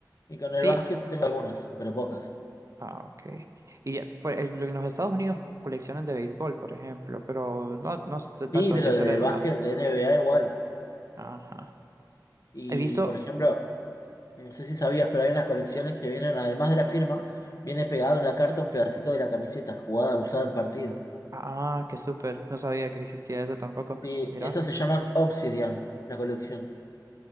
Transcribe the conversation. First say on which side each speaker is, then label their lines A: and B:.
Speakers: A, on the left (about 55°); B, on the right (about 45°).
A: Y con el
B: Sí.
A: básquet tengo algunas, pero pocas.
B: Ah, ok. Y eh, pues, en en los Estados Unidos coleccionan de béisbol, por ejemplo, pero no, no es de tanto
A: Sí, pero
B: de tintoré,
A: de
B: ¿verdad?
A: básquet, de N B A igual.
B: Ajá.
A: Y
B: He visto.
A: por ejemplo, no sé si sabías, pero hay unas colecciones que vienen, además de la firma, viene pegado en la carta un pedacito de la camiseta jugada, usada en partido.
B: Ah, qué súper. No sabía que existía eso tampoco.
A: Y
B: Mira,
A: estas se llaman Obsidian, la colección.